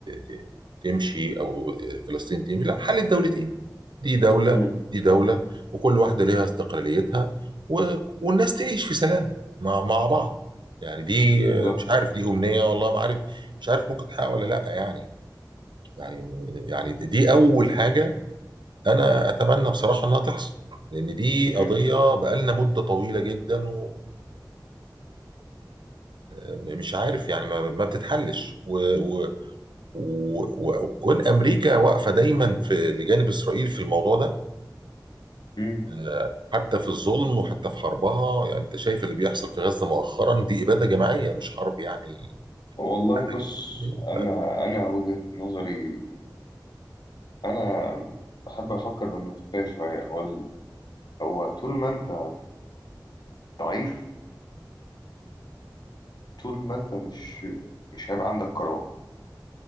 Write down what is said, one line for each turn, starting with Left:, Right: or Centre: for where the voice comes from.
Right: ت... تمشي أو فلسطين تمشي لا حل الدولتين دي دولة
Left: امم
Right: دي دولة وكل واحدة ليها استقلاليتها و... والناس تعيش في سلام مع... مع بعض يعني دي
Left: بالظبط
Right: مش عارف دي أمنية والله ما عارف مش عارف ممكن تحقق ولا لا يعني يعني يعني دي أول حاجة أنا
Left: مم.
Right: أتمنى بصراحة إنها تحصل لأن دي
Left: مم.
Right: قضية بقالنا مدة طويلة جدا و... ومش عارف يعني ما, ما بتتحلش و... و... و- و- وكون امريكا واقفه دايما في لجانب اسرائيل في الموضوع ده
Left: مم.
Right: آه، حتى في الظلم وحتى في حربها يعني انت شايف اللي بيحصل في غزه مؤخرا دي اباده جماعيه مش حرب يعني
Left: والله
Right: إبادة
Left: بص
Right: جماعية. <laughs>
Left: انا
Right: ف-
Left: انا وجهة نظري انا بحب افكر بالمنطقية شوية هو ال- هو طول ما انت ضعيف طول ما انت مش مش هيبقى عندك قرار